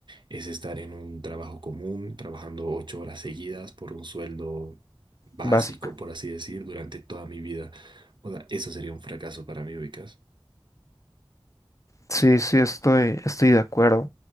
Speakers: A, on the right; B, on the left.
A: es estar en un trabajo común, trabajando ocho horas seguidas por un sueldo básico,
B: Básico.
A: por así decir, durante toda mi vida. O sea, eso sería un fracaso para mí, ubicas.
B: Sí, sí, estoy, estoy de acuerdo.